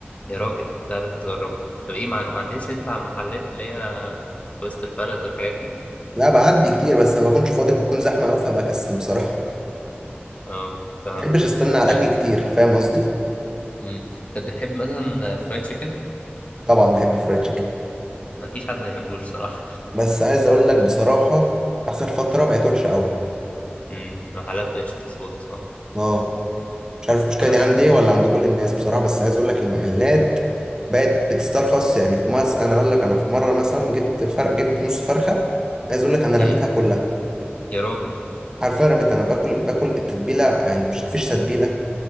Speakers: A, on the left; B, on the right.
A: يا راجل ده لازم تجربه طب ايه ما ما عدتش انت على المحلات اللي هي في وسط البلد والحاجات دي
B: لا بعدي كتير بس ما بكونش فاضي وبكون زحمه قوي فبكسل بصراحه
A: اه فاهم
B: ما بحبش استنى على
A: طب
B: الاكل كتير فاهم قصدي
A: مم. طب بتحب مثلا فرايد تشيكن
B: طبعا بحب الفرايد تشيكن
A: مفيش حد ما يحبوش صراحه
B: بس عايز اقول لك بصراحه اخر فتره بقت وحشه قوي
A: مم. المحلات مبقتش تظبط صح
B: اه مش عارف المشكله
A: انا
B: دي
A: مش
B: عندي إيه ولا عند كل الناس بصراحه بس عايز اقول لك المحلات بقت بتسترخص يعني في مصر انا اقول لك انا في مره مثلا جبت فرق جبت نص فرخه عايز اقول لك انا
A: مم.
B: رميتها كلها
A: يا راجل
B: حرفيا رميتها انا باكل باكل التتبيله يعني مش مفيش تتبيله